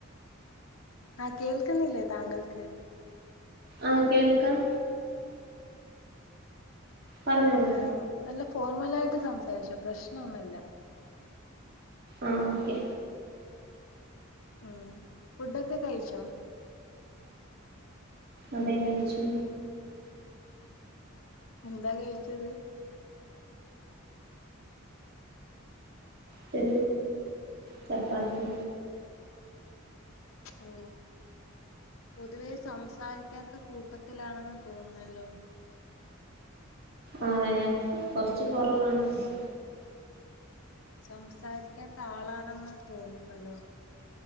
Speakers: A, on the left; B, on the right.
A: ആ കേൾക്കുന്നില്ലേ താങ്കൾക്ക്
B: ആ കേൾക്കാം പറഞ്ഞോളൂ
A: ആ നല്ല ഫോർമലായിട്ട് സംസാരിച്ചോ പ്രശ്നം ഒന്നും ഇല്ല
B: ആ ഓക്കെ
A: ഉം ഫുഡൊക്കെ കഴിച്ചോ
B: അതേ കഴിച്ചു
A: എന്താ കഴിച്ചത്
B: ത് ചപ്പാത്തി
A: ഓ പൊതുവേ സംസാരിക്കാത്ത കൂട്ടത്തിലാണെന്ന് തോന്നുന്നല്ലോ
B: ആ ഞങ്ങക്ക് കൊറച്ച് കൊറവൊള്ള
A: സംസാരിക്കാത്ത ആളാണെന്ന് തോന്നുന്നല്ലോ